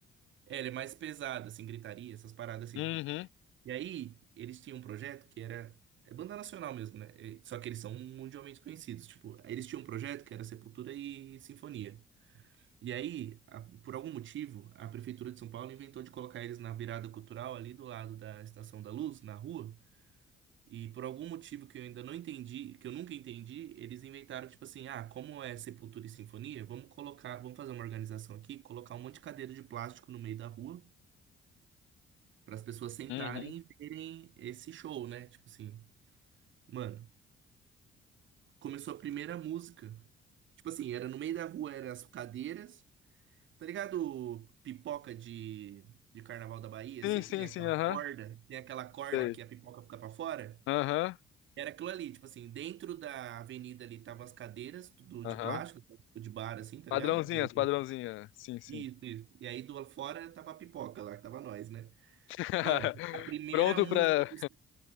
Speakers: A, on the right; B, on the left.
A: É, ele é mais pesado, assim, gritaria, essas paradas, assim.
B: Uhum.
A: E aí, eles tinham um projeto que era. É banda nacional mesmo, né? E- Só que eles são mundialmente conhecidos. Tipo, eles tinham um projeto que era Sepultura e Sinfonia. E aí, a- por algum motivo, a Prefeitura de São Paulo inventou de colocar eles na virada cultural ali do lado da Estação da Luz, na rua. E por algum motivo que eu ainda não entendi, que eu nunca entendi, eles inventaram, tipo assim, ah, como é Sepultura e Sinfonia, vamos colocar, vamos fazer uma organização aqui, colocar um monte de cadeira de plástico no meio da rua, para as pessoas sentarem
B: Uhum.
A: e verem esse show, né? Tipo assim. Mano, começou a primeira música. Tipo assim, era no meio da rua, eram as cadeiras. Tá ligado? Pipoca de, de Carnaval da Bahia,
B: Sim,
A: assim,
B: sim,
A: que tem aquela
B: sim, aham.
A: corda, tem aquela corda
B: Sei.
A: que a pipoca fica pra fora.
B: Aham.
A: Era aquilo ali, tipo assim, dentro da avenida ali estavam as cadeiras, tudo
B: Aham.
A: de plástico, tipo de bar, assim, tá
B: Padrãozinha,
A: ligado? De-
B: padrãozinha. Sim, sim.
A: Isso, isso. E aí do lado fora tava a pipoca lá, que tava nós, né?
B: <laughs>
A: Mano, a primeira
B: Pronto
A: música
B: pra.
A: que os,